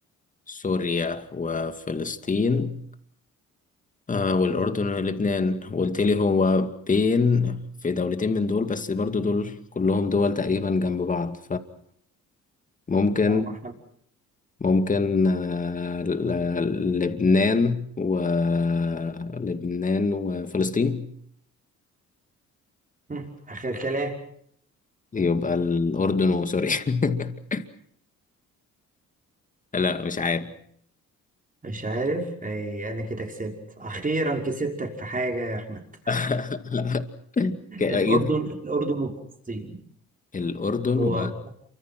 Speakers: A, on the left; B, on the right.
A: سوريا وفلسطين آه والأردن ولبنان قلت لي هو بين في دولتين من دول بس برضو دول كلهم دول تقريبا جنب بعض فممكن
B: اه ما احنا
A: ممكن آه، ل- ل- لبنان ولبنان وفلسطين
B: مم، اخر كلام
A: يبقى الأردن وسوريا <laughs> لا مش عارف
B: مش عارف آه انا كده كسبت اخيرا كسبتك في حاجه يا احمد
A: <laughs>
B: <laughs>
A: كأير
B: الاردن الاردن وفلسطين
A: الأردن
B: هو